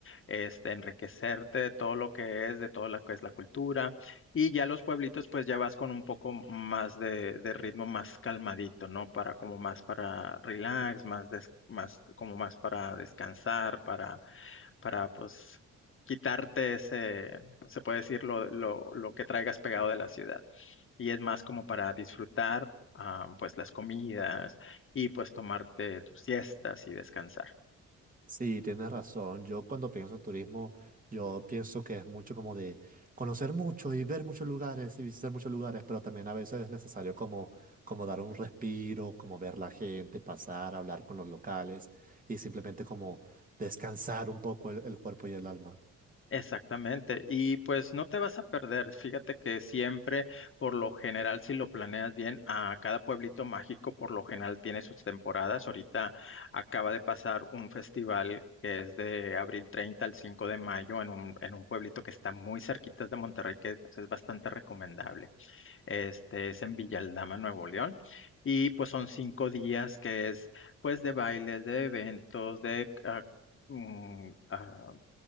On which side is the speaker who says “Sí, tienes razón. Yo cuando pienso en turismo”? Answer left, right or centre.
Right